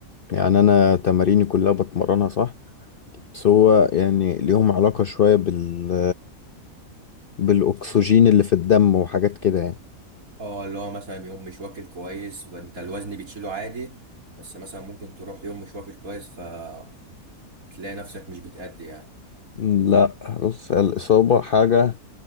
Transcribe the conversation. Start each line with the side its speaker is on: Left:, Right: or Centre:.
Left: يعني انا تماريني كلها بتمرنها صح بس هو يعني ليهم علاقة شوية بال بالاكسجين اللي في الدم وحاجات كده يعني
Right: اه اللي هو مثلا يوم مش واكل كويس فانت الوزن بتشيله عادي بس مثلا ممكن تروح يوم مش واكل كويس فتلاقي نفسك مش بتأدي يعني
Left: لا بص الاصابة حاجة